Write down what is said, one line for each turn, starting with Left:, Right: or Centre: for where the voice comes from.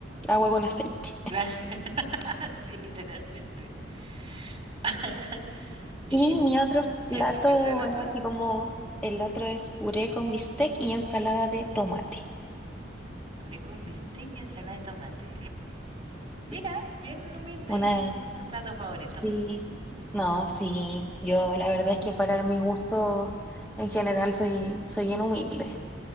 Centre: agua con aceite.
Right: Claro, <laughs> sí, literalmente. <laughs> y,
Centre: Y
Right: y
Centre: mi otro
Right: eso,
Centre: plato,
Right: ¿cuál era el
Centre: bueno,
Right: otro?
Centre: así como el otro es puré con bistec y ensalada de tomate.
Right: Puré con bistec y ensalada de tomate. Mira,
Centre: Sí,
Right: bien humilde
Centre: una,
Right: el- tu plato favorito.
Centre: sí, no, sí, yo la verdad es que para mi gusto en general soy, soy bien humilde.